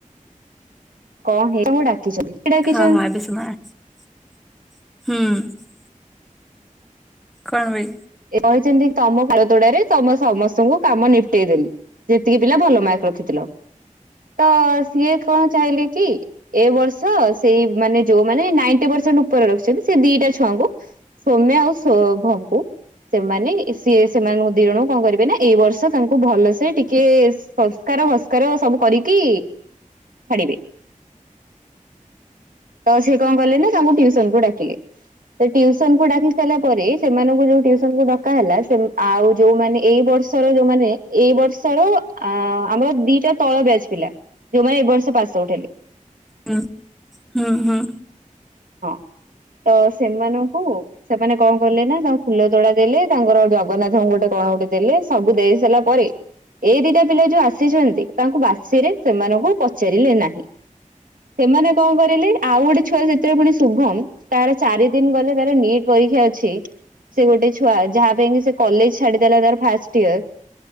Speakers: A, on the right (about 85°); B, in the centre.
A: କଣ ହେଇଁ ଡାକିଛନ୍ତି। କିଏ ଡାକିଛନ୍ତି?
B: ହଁ ହଁ ଏବେ ନାଇଁ ହୁଁ। କଣ ବେ।
A: ସେ କହିଛନ୍ତି ତମ ପାତୋଡାରେ ତମେ ସମସ୍ତଙ୍କୁ କାମ ନିପଟେଇଦେଲି। ଯେତିକି ପିଲା ଭଲ ମାର୍କ ରଖିଥିଲ। ତ ସିଏ କଣ ଚାହିଁଲେ କି, ଏ ବର୍ଷ ସେଇ ମାନେ ଯୋଉମାନେ ନାଇଣ୍ଟି ପରସେଣ୍ଟ ଉପରେ ରଖିଛନ୍ତି। ସେ ଦିଟା ଛୁଆଙ୍କୁ ସୌମ୍ୟା ଆଉ ଶୋଭମଙ୍କୁ ସେମାନେ ସିଏ ସେମାନଙ୍କୁ ଦିଇ ଜଣଙ୍କୁ କଣ କରିବେ ନା ଏଇ ବର୍ଷ ତାଙ୍କୁ ଭଲସେ ଟିକେ ସଂସ୍କାର ଭସ୍କାର ସବୁ କରିକି ଛାଡ଼ିବେ। ତ ସେ କଣ କଲେ ନା ତାଙ୍କୁ ଟ୍ୟୁସନକୁ ଡାକିଲେ ସେ ଟିୟୁସନକୁ ଡାକି ସାରିଲା ପରେ ସେମାନଙ୍କୁ ଯୋଉ ଟ୍ୟୁସନକୁ ଡା କା ହେଲା ସେ ଆଉ ଯୋଉମାନେ ଏଇ ବର୍ଷର ଯୋଉମାନେ ଏଇ ବର୍ଷର ଆ ଆମର ଦିଟା ତଳ ବ୍ୟାଜ ପିଲା ଯୋଉମାନେ ଏ ବର୍ଷ ପାସ ଆଉଟ୍ ହେଲେ।
B: ହୁଁ ହୁଁ ହୁଁ।
A: ହଁ ତ ସେମାନଙ୍କୁ ସେମାନେ କଣ କଲେ ନା ତାଙ୍କ ଫୁଲ ତୋଳା ଦେଲେ। ତାଙ୍କର ଜଗନ୍ନାଥଙ୍କୁ ଗୋଟେ କଣ ଗୋଟେ ଦେଲେ ସବୁ ଦେଇ ସିଲା ପରେ ଏଇ ଦିଟା ପିଲା ଯୋଉ ଆସିଛନ୍ତି ତାଙ୍କୁ ବାସିରେ ସେମାନଙ୍କୁ ପଚାରିଲେ ନାହିଁ ସେମାନେ କଣ କରିଲେ ଆଉ ଗୋଟେ ଛୁଆ ଯେତେବେ ପୁଣି ଶୁଭମ, ତାର ଚାରି ଦିନ ଗଲେ ତାର ନିଟ୍ ପରୀକ୍ଷା ଅଛି ସେ ଗୋଟେ ଛୁଆ ଯାହା ପାଇଁ କିି ସେ କଲେଜ ଛାଡିଦେଲା ତର ଫାଷ୍ଟ ୟର୍